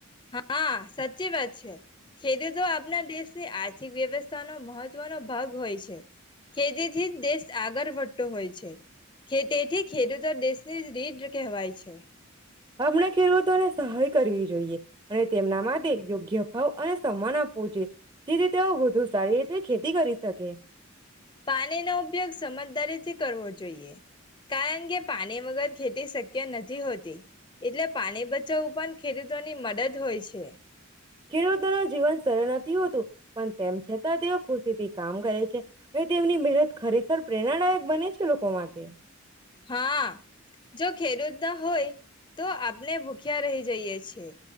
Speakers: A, on the left (about 20°); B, on the right (about 20°).
A: હા સાચી વાત છે ખેડતો આપના દેશની આ આર્થિક વ્યવસ્થાનો મહત્વનો ભાગ હોય છે ખેતીથી જ દેશ આગળ વધતો હોય છે ખેતીથી ખેડૂતો દેશની રીડ કહેવાય છે
B: હમને ખેરવું તો ને સહાય કરવી જોઈએ અને તેમના માટે યોગ્ય ભાવ અને સન્માન આપવો જોઈએ જેથી તેઓ વધુ સારી રીતે ખેતી કરી શકે
A: પાણીનો ઉપયોગ સમજદારીથી કરવો જોઈએ કારણ કે પાણી વગર ખેતી શક્ય નથી હોતી એટલે પાણી બચાવવું પણ ખેડૂતોની મદદ હોય છે
B: ખેડૂતોના જીવન સરળ હતું પણ તેમ છતાં તેઓ ખુશી થી કામ કરે છે હવે તેમની મહેનત ખરેખર પ્રેરણાદાયક બને છે લો કમાતે
A: હા જો ખેડૂત ના હોય તો આપણે ભૂખ્યા રહી જઈએ છીએ